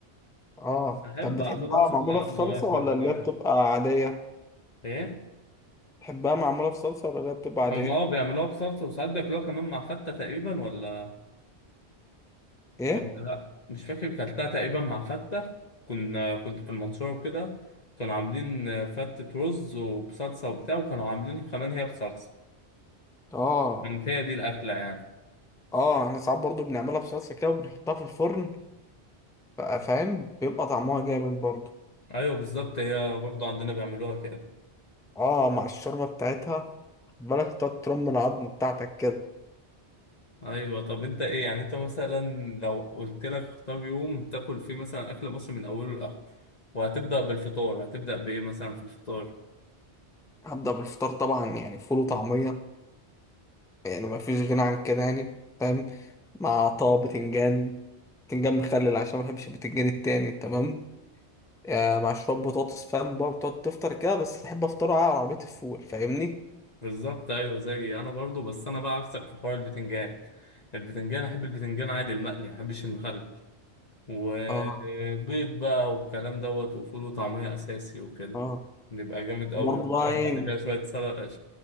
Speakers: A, in the centre; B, on the left.
A: اه
B: بحب
A: طب بتحبها
B: على طول امسك
A: معمولة
B: الغلط
A: في
B: ما
A: صلصة
B: واكل
A: ولا
B: الكوارع
A: اللي هي بتبقى عادية
B: ايه
A: بتحبها معمولة في صلصة ولا اللي هي بتبقى عادية
B: هم اه بيعملوها بصلصه وساعات بياكلوها كمان مع فته تقريبا ولا
A: ايه
B: ولا لا مش فاكر كلتها تقريبا مع فتة كنا كنت في المنصورة وكده كانوا عاملين فتة رز وبصلصة وبتاع وكانوا عاملين كمان هي بصلصة
A: اه
B: كانت هي دي الأكلة يعني
A: اه احنا ساعات برضو بنعملها بصلصة كده وبنحطها في الفرن بقى فاهم بيبقى طعمها جامد برضو
B: أيوة بالظبط هي برضو عندنا بيعملوها كده
A: اه مع الشوربة بتاعتها خد بالك تقعد ترم العظم بتاعتك كده
B: أيوة طب أنت إيه يعني أنت مثلا لو قلت لك اختار يوم تاكل فيه مثلا أكل مصري من أوله لآخره وهتبدأ بالفطار هتبدأ بإيه مثلا في الفطار
A: هبدأ بالفطار طبعا يعني فول وطعمية يعني ما فيش غنى عن كده يعني فاهم مع طه بتنجان بتنجان مخلل عشان ما بحبش البتنجان التاني تمام آه مع شوية بطاطس فاهم بقى بتقعد تفطر كده بس أحب أفطره على عربية الفول فاهمني
B: بالظبط أيوة زيي أنا برضو بس أنا بقى عكسك في حوار البتنجان البتنجان أحب البتنجان عادي المقلي ما أحبش المخلل وبيض
A: اه
B: بقى والكلام دوت وفول وطعمية أساسي وكده
A: اه
B: نبقى جامد أوي
A: وبرضه
B: تشرب
A: بقى إيه
B: بعد كده شوية سلطة